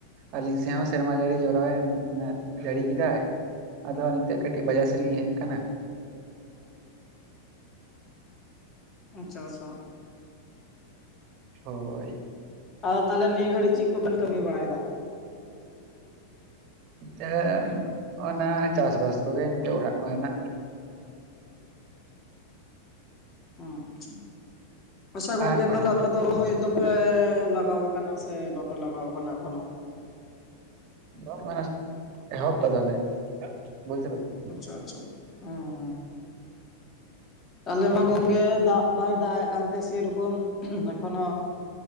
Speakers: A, on the right; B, on the left.
A: ᱟᱹᱞᱤᱧ ᱥᱮᱫ ᱦᱚᱸ ᱥᱮᱨᱢᱟ ᱡᱟᱹᱲᱤ ᱡᱚᱨᱚᱭᱮᱱ ᱢᱟᱱᱮ ᱡᱟᱹᱲᱤ ᱠᱮᱫᱟᱭ᱾ ᱟᱫᱚ ᱱᱤᱛᱚᱜ ᱠᱟᱹᱴᱤᱡ ᱵᱟᱡᱟᱨ ᱥᱮᱜ ᱞᱤᱧ ᱦᱮᱡ ᱠᱟᱱᱟ᱾
B: ᱟᱪᱪᱷᱟ ᱟᱪᱪᱷᱟ᱾
A: ᱦᱳᱭ᱾
B: ᱟᱫᱚ ᱛᱟᱦᱚᱞᱮ ᱱᱤᱭᱟᱹ ᱜᱷᱟᱟᱹᱲᱤᱡ ᱪᱮᱫ ᱠᱚᱵᱮᱱ ᱠᱟᱢᱤ ᱵᱟᱲᱟᱭᱫᱟ?
A: ᱛᱮ ᱱᱤᱛᱚᱜ ᱚᱱᱟ ᱪᱟᱥ ᱵᱟᱥ ᱠᱚᱜᱮ ᱱᱤᱛᱚᱜ ᱚᱲᱟᱜ ᱠᱚ ᱦᱮᱱᱟᱜ
B: ᱩᱸ ᱟᱪᱪᱷᱟ, ᱟᱪᱪᱷᱟ ᱜᱚᱝᱠᱮ
A: ᱟᱨ ᱯᱟᱲᱦᱟᱜ
B: ᱛᱟᱦᱚᱞᱮ ᱟᱯᱮ ᱫᱚ ᱨᱚᱦᱚᱭ ᱫᱚ ᱯᱮᱻ ᱞᱟᱜᱟᱣ ᱟᱠᱟᱱᱟ ᱥᱮ ᱵᱟᱯᱮ ᱞᱟᱜᱟᱣ ᱟᱠᱟᱱᱟ ᱮᱠᱷᱚᱱᱚ?
A: <unintelligible>
B: ᱟᱪᱪᱷᱟ ᱟᱪᱪᱷᱟ ᱦᱩᱸ ᱦᱩᱸ᱾ ᱟᱞᱮ ᱢᱟ ᱜᱚᱝᱠᱮ ᱫᱟᱜ ᱵᱟᱭ ᱫᱟᱜ ᱮᱫ ᱠᱟᱱᱛᱮ ᱥᱮ ᱨᱚᱠᱚᱢ ᱮᱠᱷ ᱚᱱᱚ